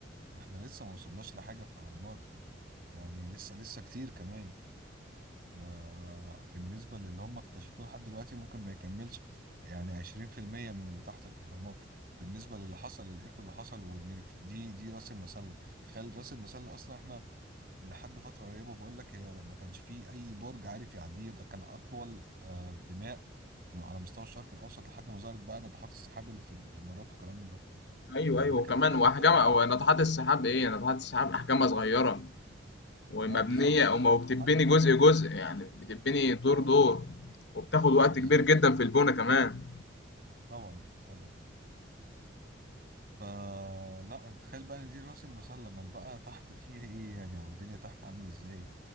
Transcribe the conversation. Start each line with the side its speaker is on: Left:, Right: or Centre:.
Right: احنا لسه ما وصلناش لحاجه في الاهرامات يعني لسه لسه كتير كمان ده بالنسبة للي هم اكتشفوه لحد دلوقتي ممكن ما يكملش يعني 20% من اللي تحت الأهرامات بالنسبة للي حصل الإيكو اللي حصل وإن دي دي رأس المسلة تخيل رأس المسلة أصلا إحنا لحد فترة قريبة بقول لك هي ما كانش فيه أي برج عارف يعديه ده كان أطول آه، بناء على مستوى الشرق الأوسط لحد ما ظهرت بقى ناطحات السحاب اللي في الإمارات وكلام من ده
Left: أيوه
Right: فلك
Left: أيوه وكمان
Right: تخيل
Left: وأحجام
Right: بقى
Left: أو ناطحات السحاب إيه ناطحات السحاب أحجامها صغيرة ومبنية
Right: اه بالظبط مش
Left: أو ما
Right: نفس
Left: بتتبني
Right: الحاجة
Left: جزء جزء يعني بتتبني دور دور وبتاخد وقت
Right: بالظبط
Left: كبير جدا في البونة كمان
Right: طبعا طبعا فلا تخيل بقى ان دي راس المسله لما بقى تحت فيها ايه يعني او الدنيا تحت عامله ازاي